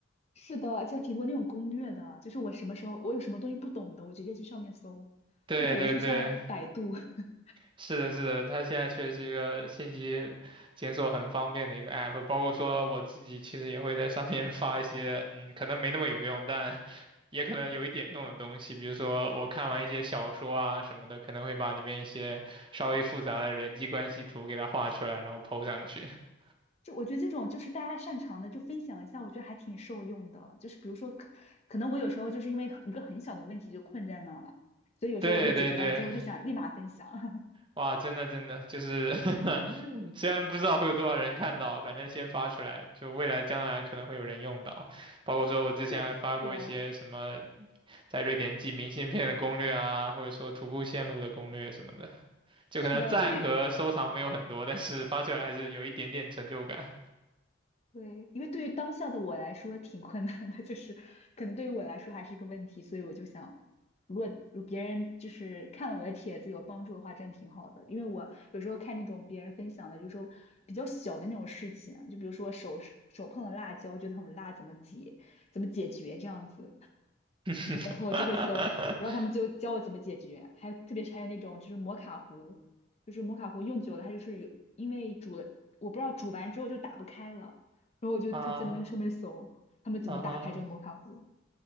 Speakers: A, on the left; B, on the right.
A: 是的，而且挺多那种攻略的，就是我什么时候我有什么东西不懂的，我直接去上面搜，
B: 对对对。
A: 就感觉就像百度。<laughs>
B: 是的，是的，它现在确实是一个信息检索很方便的一个 app，包括说我自己其实也会在上面 <laughs> 发一些，嗯，可能没那么有用，但也可能有一点用的东西，比如说我看完一些小说啊什么的，可能会把里面一些稍微复杂的人际关系图给它画出来，然后 po 上去。<laughs>
A: 就我觉得这种就是大家擅长的就分享一下，我觉得还挺受用的。就是比如说可，可能我有时候就是因为一个很小的问题就困在那了，所以有时候我就解决完之后就想立马分享。
B: 对对对，哇，真的真的就是 <laughs> 虽然不知道会有多少人看到，反正先发出来，就未来将来可能会有人用到。包括说我之前还发过一些什么
A: <laughs> 对对啊，
B: 在瑞典寄明信片的攻略啊，或者说徒步线路的攻略什么的，就可能赞和收藏没有很多，
A: 是的，对于
B: 但是发出来还是有一点点成就感。
A: 对，因为对于当下的我来说挺困难的，就是可能对于我来说还是一个问题，所以我就想，如果如果别人就是看了我的帖子有帮助的话，真的挺好的。因为我有时候看那种别人分享的，有时候比较小的那种事情啊，就比如说手手碰了辣椒，觉得很辣，怎么解怎么解决这样子，
B: <laughs>
A: 然后我就会搜，然后他们就教我怎么解决，还有特别是还有那种就是摩卡壶，就是摩卡壶用久了它就是有，因为煮了，我不知道煮完之后就打不开了，然后我就他在那边上面搜他们怎么打开这个摩卡壶，
B: 啊啊。